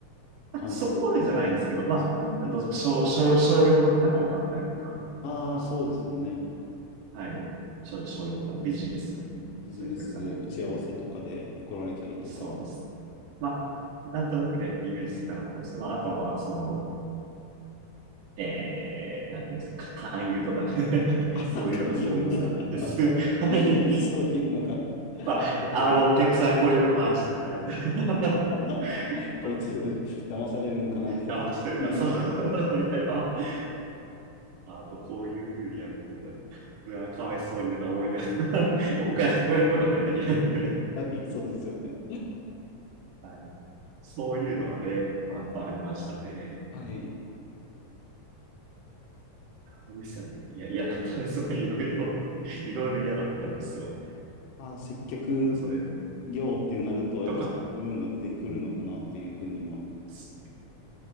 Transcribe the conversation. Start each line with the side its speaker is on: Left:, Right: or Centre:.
Right: まあそこまでじゃないんですけど、
Left: 感じの。
Right: まあ、
Left: あ、そうで、
Right: どうと少、少、商用の方が多かったりとか、
Left: ああ、そうですよね。
Right: はい。商商用とかビジネス、
Left: ビジネスで打ち合わせとかで来られたりとか、
Right: そういうお客さんが多くて、みたいな。そうです。まあ、なんとなくでイメージつくかなと思うんですけど、まあ、あとは、その、えー、なんていうんですか、か勧誘とかね <laughs> そういうのがすごいミスだったんです。
Left: なんか言うとか、
Right: <laughs> はい。
Left: <laughs> そういうのが
Right: まあ、
Left: あったよ。
Right: あの、お客さんこういうこと話してるな、みたいな。<laughs>
Left: <laughs> こいつ、
Right: また、
Left: 騙されるんかなとか見ながら。
Right: 騙してるな、そう、<laughs> みたいな。<laughs> あ、こういうふうにやってるんだ。うわ、かわいそうになんか思いながら、<laughs> 僕はそういうことはね、できないんで。
Left: はい、そうですよね。
Right: はい。そういうのはね、まあ、やっぱありましたね。
Left: はい。
Right: 野口さんね、いや、嫌だったですね。それ、いろいろ、いろいろ嫌だったんですよ。
Left: ああ、接客
Right: それ
Left: 業っていうなると、やっぱそういう部分が出てくるのかなっていうふうには
Right: とか。うんですね